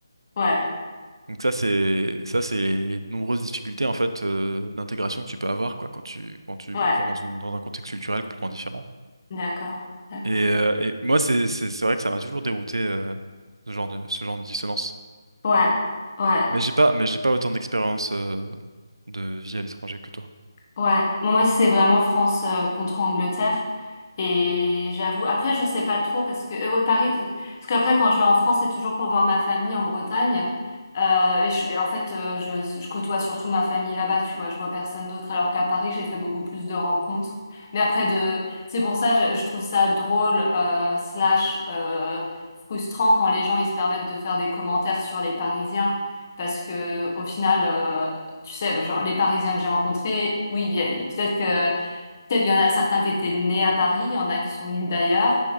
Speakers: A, on the left; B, on the right.
A: Ouais,
B: Donc ça, c'est ça, c'est les nombreuses difficultés en fait euh, d'intégration que tu peux avoir quoi quand tu quand tu
A: ouais.
B: vas dans une dans un contexte culturel complètement différent.
A: D'accord, d'accord.
B: Et, euh, et moi, c'est c'est c'est vrai que ça m'a toujours dérouté euh, ce genre de ce genre de dissonance.
A: Ouais, ouais.
B: Mais j'ai pas mais j'ai pas autant d'expérience euh, de vie à l'étranger que toi.
A: Ouais. Bon, moi, c'est vraiment France euh, contre Angleterre. Et j'avoue, après, je sais pas trop parce que euh, ouais, Paris, euh, parce qu'après, quand je vais en France, c'est toujours pour voir ma famille en Bretagne. Euh, et je, mais en fait, euh, je, je côtoie surtout ma famille là-bas, tu vois. Je vois personne d'autre, alors qu'à Paris, j'ai fait beaucoup plus de rencontres. Mais après, de, c'est pour ça, je, je trouve ça drôle, euh, slash, euh, frustrant quand les gens ils se permettent de faire des commentaires sur les Parisiens, parce que au final, euh, tu sais, genre, les Parisiens que j'ai rencontrés, oui, ils viennent- peut-être que Peut-être il y en a certains qui étaient nés à Paris, il y en a qui sont venus d'ailleurs.